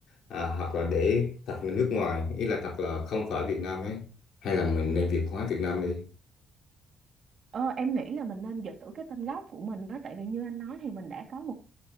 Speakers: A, on the left; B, on the right.
A: à, hoặc là để thật là nước ngoài ý là thật là không phải Việt Nam ấy hay là mình nên Việt hóa Việt Nam đi
B: ờ, em nghĩ là mình nên giữ cái tên gốc của mình đó tại vì như anh nói thì mình đã có một